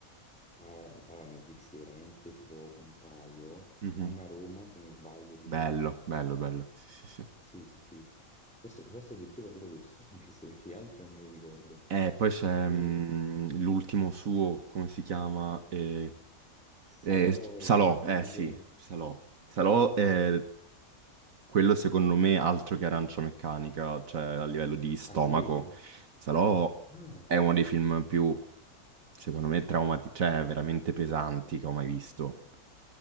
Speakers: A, in the centre; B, on the right.
A: eh, allora, ne ho visti veramente tipo un paio.
B: Mhm.
A: Mamma Roma, se non sbaglio, vedi?
B: Bello, bello, bello, sì, sì, sì.
A: Sì, sì, sì. Forse, forse addirittura solo questo <laughs> ho visto, perché gli altri non me li ricordo.
B: E poi c'è
A: E
B: mm, l'ultimo suo, come si chiama? Eh,
A: Salò,
B: Eh, Salò,
A: le 120
B: eh sì,
A: giornate.
B: Salò.
A: No.
B: Salò è quello secondo me altro che Arancia Meccanica, cioè a livello di stomaco.
A: Ah, sì?
B: Salò
A: Ah,
B: è uno dei film più, secondo me, traumatici, cioè veramente pesanti che ho mai visto.